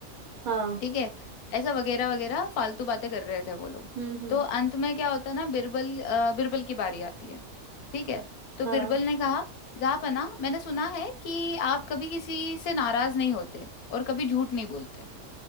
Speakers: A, on the right (about 70°); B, on the left (about 75°).
A: हाँ
B: ठीक है ऐसा वगैरह वगैरह फालतू बातें कर रहे थे वो लोग
A: हम्म हम्म
B: तो अंत में क्या होता है ना बिरबल अ, बिरबल की बारी आती है ठीक है तो
A: हाँ
B: बिरबल ने कहा जापना मैंने सुना है कि आप कभी किसी से नाराज नहीं होते और कभी झूठ नहीं बोलते